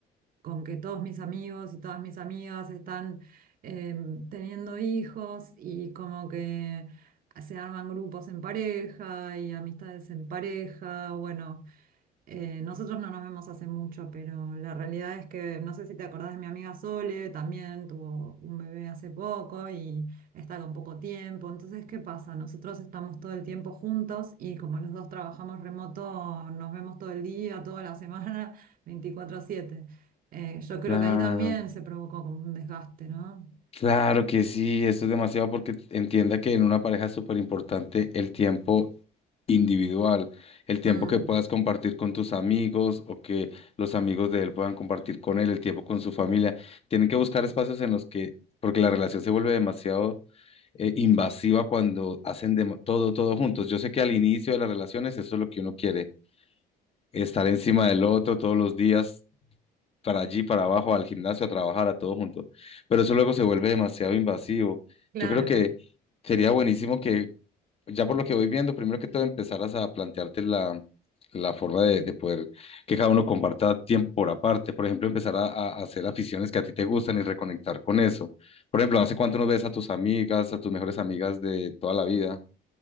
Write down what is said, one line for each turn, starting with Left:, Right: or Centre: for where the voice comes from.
Right: con que todos mis amigos y todas mis amigas están eh, teniendo hijos y como que se arman grupos en pareja y amistades en pareja. Bueno. Eh, nosotros no nos vemos hace mucho, pero la realidad es que no sé si te acordás de mi amiga Sole, también tuvo un bebé hace poco y está con poco tiempo. Entonces, ¿qué pasa? Nosotros estamos todo el tiempo juntos y como los dos trabajamos remoto, nos vemos todo el día, toda la semana, <laughs> veinticuatro siete Eh, yo creo
Left: Claro,
Right: que ahí también se provocó como un desgaste, ¿no?
Left: claro que sí, eso es demasiado porque entienda que en una pareja es súper importante el tiempo individual, el tiempo
Right: Mm,
Left: que puedas compartir con tus amigos o que los amigos de él puedan compartir con él, el tiempo con su familia. Tienen que buscar espacios en los que, porque la relación se vuelve demasiado eh, invasiva cuando hacen dem- todo, todo juntos. Yo sé que al inicio de las relaciones eso es lo que uno quiere estar encima del otro todos los días, para allí, para abajo, al gimnasio, a trabajar, a todo junto. Pero eso luego se vuelve demasiado invasivo.
Right: claro.
Left: Yo creo que sería buenísimo que, ya por lo que voy viendo, primero que todo empezaras a plantearte la, la forma de, de poder que cada uno comparta tiempo por aparte. Por ejemplo, empezar a, a hacer aficiones que a ti te gustan y reconectar con eso. Por ejemplo, ¿hace cuánto no ves a tus amigas, a tus mejores amigas de toda la vida?